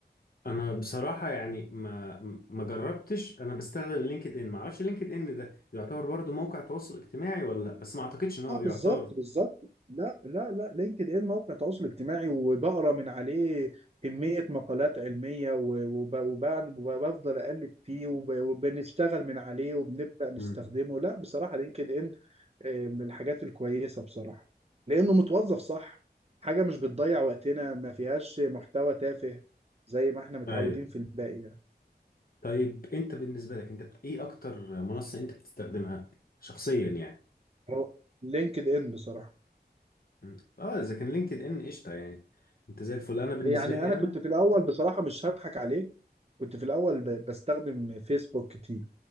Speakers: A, on the left; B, on the right.
A: انا بصراحه يعني ما ما جربتش انا بستخدم لينكد ان ما اعرفش لينكد ان ده يعتبر برضو موقع تواصل اجتماعي ولا لا بس ما اعتقدش ان هو
B: اه
A: يعتبر
B: بالظبط بالظبط لا لا لا لينكد ان موقع تواصل اجتماعي وبقرا من عليه كمية مقالات علمية و- وب- وب- وبفضل اقلب فيه وب- وبنشتغل من عليه وبنبدأ نستخدمه
A: امم
B: لا بصراحة لينكد ان آه، من الحاجات الكويسة بصراحة لانه متوظف صح حاجة مش بتضيع وقتنا ما فيهاش محتوى تافه زي ما احنا متعودين
A: ايوه
B: في الباقي يعني
A: طيب انت بالنسبه لك انت بت- ايه اكتر منصه انت بتستخدمها شخصيا يعني
B: هو لينكد ان بصراحة
A: مم. اه اذا كان لينكد ان قشطه يعني انت زي الفل انا بالنسبه
B: يعني
A: لي
B: انا
A: انا
B: كنت في الاول بصراحة مش هضحك عليك كنت في الأول ب- بستخدم فيسبوك كتير